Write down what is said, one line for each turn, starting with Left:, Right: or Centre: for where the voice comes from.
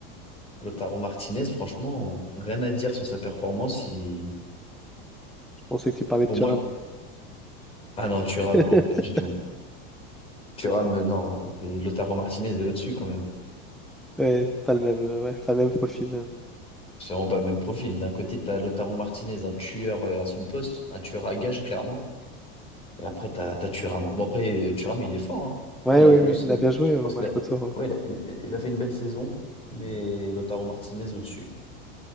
Left: Lautaro Martinez, franchement, rien à dire sur sa performance. Il-
Centre: Je pensais que tu parlais
Left: Pour
Centre: de Thuram.
Left: moi, ah non, Thuram,
Centre: <laughs>
Left: non, pas du tout. Thuram, euh, non, Et Lautaro Martinez est au-dessus quand même.
Centre: Ouais, pas le même, euh, ouais, pas le même profil. euh.
Left: C'est vraiment pas le même profil. D'un côté, t'as Lautaro Martinez, un tueur euh, à son poste, un tueur à gage, clairement. Et après, t'as, t'as Thuram. Bon, après, euh, Thuram, il est fort, hein.
Centre: Ouais,
Left: Bon, il
Centre: ouais,
Left: a, lui
Centre: ouais,
Left: aussi,
Centre: il
Left: il
Centre: a
Left: a fait-
Centre: bien
Left: je
Centre: joué euh,
Left: pense
Centre: au match
Left: qu'il a...
Centre: retour. hein.
Left: ouais, il a, il a il a fait une belle saison, mais Lautaro Martinez au-dessus.